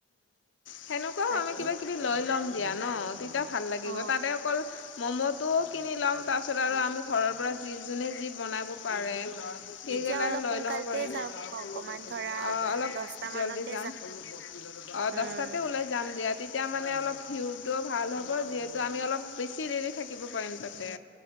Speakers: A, on the left; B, on the right.
A: সেনেকুৱাও
B: বাকী
A: আমি কিবা-কিবি লৈ ল'ম দিয়া ন' তেতিয়া ভাল লাগিব!
B: অ
A: তাতে অকল ম'ম'টোও কিনি ল'ম। তাৰপিছত আৰু আমি ঘৰৰ পৰা, যি যোনে, যি বনাব পাৰে। সেইবিলাক
B: তেতিয়া অলপ
A: লৈ
B: সোনকালতে
A: ল'ব পাৰিম।
B: যাম
A: অ'!
B: অকমান ধৰা
A: অলপ
B: দছটা
A: জলদি
B: মানতে
A: যাম। অ'!
B: উম,
A: দহটাতে ওলাই যাম দিয়া। তেতিয়া মানে অলপ, ভিউটো ভাল হ'ব! যিহেতু, আমি অলপ, বেছি দেৰি থাকিব পাৰিম তাতে।